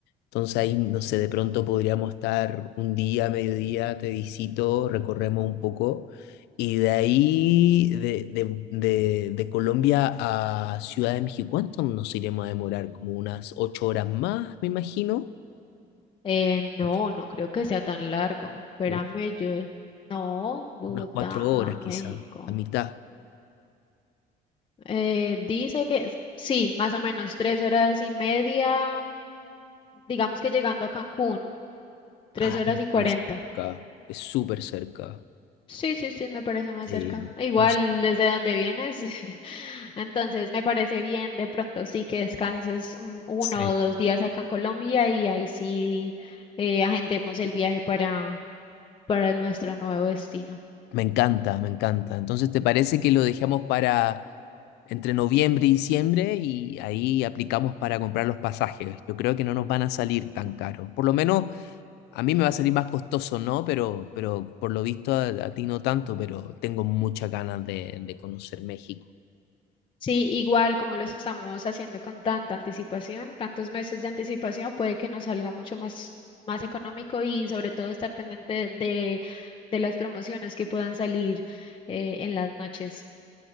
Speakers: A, on the left; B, on the left.
A: entonces ahí, no sé, de pronto podríamos estar un día, mediodía, te visito, recorremos un poco, y de ahí, de, de, de, de Colombia a Ciudad de México, ¿cuánto nos iremos a demorar? Como unas ocho horas más, me imagino.
B: Eh, no,
A: Ok.
B: no creo que sea tan largo. Espérame,
A: ¿no?
B: yo... No, Bogotá
A: Unas cuatro
B: a
A: horas
B: México.
A: quizá, a mitad.
B: Eh, dice que s- sí, más o menos tres horas y media, digamos que llegando a Cancún, tres
A: Ah,
B: horas
A: es
B: y cuarenta.
A: muy cerca, es súper cerca.
B: Sí, sí, sí, me parece más
A: Sí,
B: cerca. Igual
A: entonces,
B: desde donde vienes. <laughs> Entonces me parece bien de pronto sí que descanses un- uno
A: sí.
B: o dos días acá en Colombia y ahí sí eh, agendemos el viaje para, para nuestro nuevo destino.
A: Me encanta, me encanta. Entonces, ¿te parece que lo dejamos para entre noviembre y diciembre y ahí aplicamos para comprar los pasajes? Yo creo que no nos van a salir tan caros. Por lo menos a mí me va a salir más costoso, ¿no? Pero, pero por lo visto a, a ti no tanto, pero tengo muchas ganas de, de conocer México.
B: Sí, igual como lo estamos haciendo con tanta anticipación, tantos meses de anticipación, puede que nos salga mucho más, más económico y sobre todo estar pendiente de, de las promociones que puedan salir eh, en las noches.